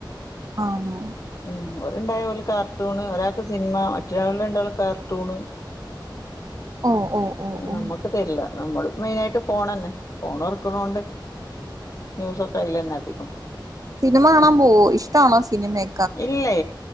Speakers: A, on the right; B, on the left.
A: ആണോ?.
B: ഉം ഓരുണ്ടായ ഓല് കാർട്ടൂണ്, ഒരാക്ക് സിനിമ, മറ്റൊരാള് രണ്ടാളും കാർട്ടൂണ്.
A: ഓ ഓ ഓ ഓ
B: നമ്മക്ക് തരൂല്ല. നമ്മള് മെയിനായിട്ട് ഫോണ്ന്നെ. ഫോണൊറക്കണോണ്ട് ന്യൂസൊക്കെ അയ്ലന്നെ അധികം.
A: സിനിമ കാണാൻ പോവൊ ഇഷ്ടാണോ? സിനിമയെ
B: ഇല്ലേ